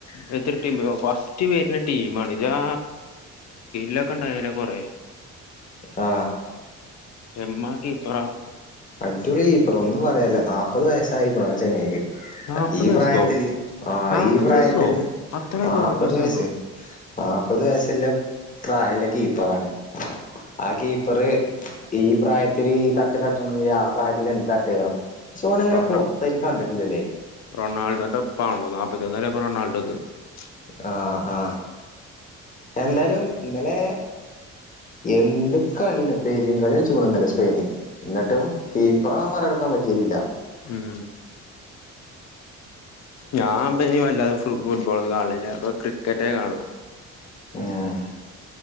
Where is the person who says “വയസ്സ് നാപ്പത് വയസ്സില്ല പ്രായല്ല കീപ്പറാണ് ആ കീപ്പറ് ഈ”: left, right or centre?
Left